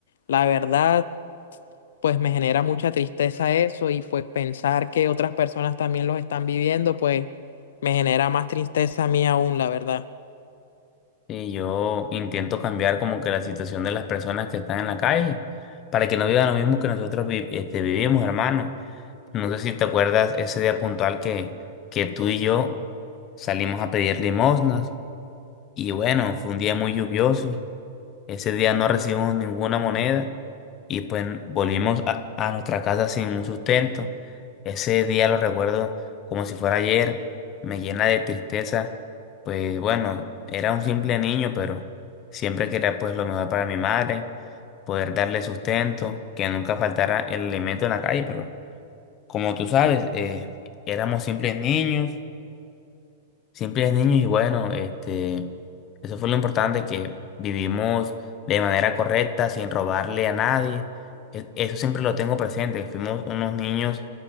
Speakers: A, on the left; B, on the left.
A: la verdad, pues me genera mucha tristeza eso y pues pensar que otras personas también los están viviendo, pues me genera más tristeza a mí aún, la verdad.
B: Y yo intento cambiar como que la situación de las personas que están en la calle para que no vivan lo mismo que nosotros vi- este, vivimos, hermano. No sé si te acuerdas ese día puntual que, que tú y yo salimos a pedir limosnas y bueno, fue un día muy lluvioso ese día no recibimos ninguna moneda y pues volvimos a, a nuestra casa sin un sustento. Ese día lo recuerdo como si fuera ayer, me llena de tristeza. Pues bueno, era un simple niño, pero siempre quería pues lo mejor para mi madre, poder darle sustento, que nunca faltara el alimento en la calle, pero como tú sabes, eh, éramos simples niños Siempre es niños y bueno, este, eso fue lo importante, que vivimos de manera correcta, sin robarle a nadie. E- Eso siempre lo tengo presente, que fuimos unos niños